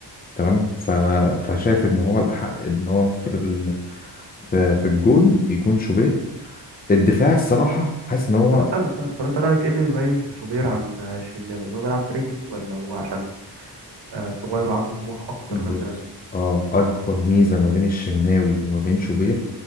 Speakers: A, on the left; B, on the right.
A: تمام ف...
B: تمام
A: فشايف ان هو الاحق ان هو في ال... في في الجون يكون شوبير الدفاع الصراحه حاسس ان هو
B: طب استنى, استنى. طب انت رأيك ايه اللي بيميز شوبير عن الشناوي ان هو بيلعب برجله ولا هو عشان آه، صغير وعنده طموح أكتر
A: بص
B: مثلا
A: اه اكبر ميزه ما بين الشناوي وما بين شوبير